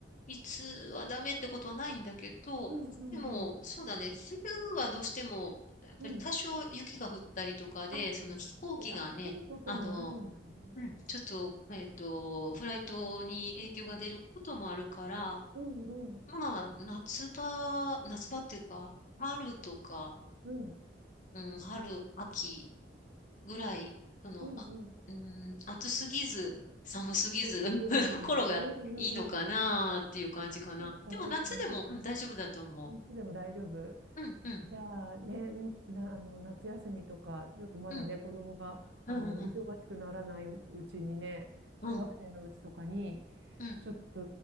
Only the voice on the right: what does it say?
うんうんうん。
うん。あ、
であ、降ることもあるんだね。
うんうん。
うん。
うんうん。
ぐぐらい。
うんうんうん。そっかそっかそっか。
いつでも大丈夫。
じゃあね、な、あの、夏休みとか、ちょっとまだね、
子供が、あの、
忙しくならないうちにね、
小学生のうちとかに、
ちょっと